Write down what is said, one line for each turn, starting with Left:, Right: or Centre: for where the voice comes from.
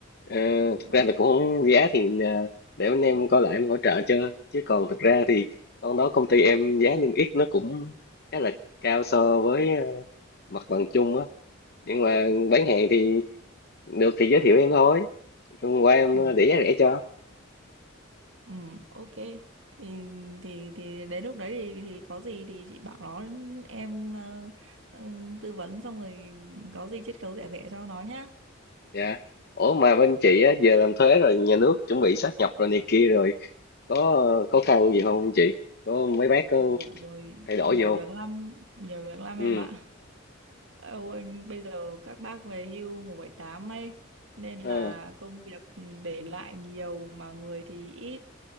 Left: Ờ, thực
Right: Ừ.
Left: ra là cũng không- giá thì ờ, để anh em coi lại em hỗ trợ cho chứ còn thực ra thì con đó công ty em giá niêm yết nó cũng khá là cao so với ờ, mặt bằng chung á nhưng mà bán hàng thì được thì giới thiệu em thôi hôm qua em
Right: Ừ.
Left: ờ, để giá rẻ cho
Right: Ừ, ok. Thì thì thì đến lúc đấy thì, thì có gì thì chị bảo nó em ờ, ừ, tư vấn xong rồi có gì chiết khấu rẻ rẻ cho nó nhá.
Left: dạ ủa mà bên chị á giờ làm thuế rồi nhà nước chuẩn bị sáp nhập rồi này kia rồi có ờ, khó khăn gì không chị có mấy bác có
Right: Nhiều
Left: thay đổi
Right: nhiều
Left: gì không
Right: việc lắm, nhiều việc lắm
Left: ừ
Right: em ạ. Âu anh bây giờ các bác về hưu 178 ấy nên
Left: ờ,
Right: là công việc để lại nhiều mà người thì ít.